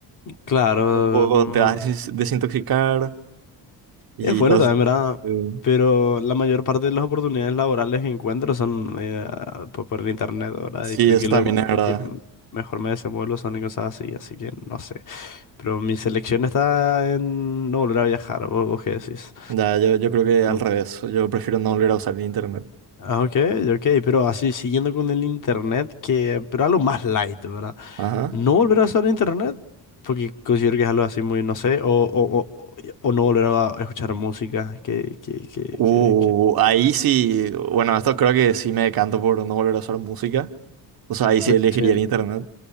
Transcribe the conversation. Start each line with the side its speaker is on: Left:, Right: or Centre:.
Left: claro,
Right: Un poco
Left: mm,
Right: te vas a des- desintoxicar y
Left: es bueno
Right: todo
Left: también,
Right: eso.
Left: ¿verdad?
Right: eh,
Left: Pero la mayor parte de las oportunidades laborales que encuentro son eh, por, por el internet, ¿verdad?
Right: Sí,
Left: Y creo
Right: eso
Left: que
Right: también
Left: lo, lo
Right: es verdad.
Left: que mejor me desenvuelvo son en cosas así, así que no sé. Pero mi selección está en no volver a viajar, ¿vo- vos qué decís?
Right: Ya, yo, yo creo que
Left: Mm,
Right: al revés, yo prefiero no volver a usar el internet.
Left: ah, Ok, ok, pero así, siguiendo con el internet, que, pero algo más light, ¿verdad?
Right: Ajá.
Left: No volver a usar internet, porque considero que es algo así muy, no sé, o, o, o, o- o no volver a escuchar música, que, que, que,
Right: Uh,
Left: que, que-
Right: ahí sí, bueno, esto creo que sí me decanto por no volver a usar música. O sea, ahí sí
Left: Ok,
Right: elegiría el internet.